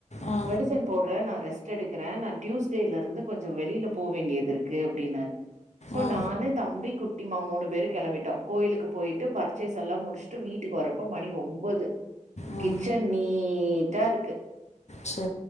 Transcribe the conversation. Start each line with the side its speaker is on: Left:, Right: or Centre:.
Left: ஆ ஆ
Right: மெடிசன் போடுற நா ரெஸ்ட் எடுக்குற நா டியூஸ்ட்டேலருந்து கொஞ்சோ வெளியில போ வேண்டியது இருக்கு அப்டின்னாரு சோ
Left: ஆ
Right: நானு தம்பி குட் டிம்மா மூணு பேரு கெளம்பிட்டோ கோயிலுக்கு போயிட்டு பர்ச்சேஸ் எல்லாம் முடிச்சுட்டு வீட்டுக்கு வரப்ப மணி ஒம்போது
Left: ஆ
Right: கிச்சன் நீட்டா இருக்கு
Left: ச்ச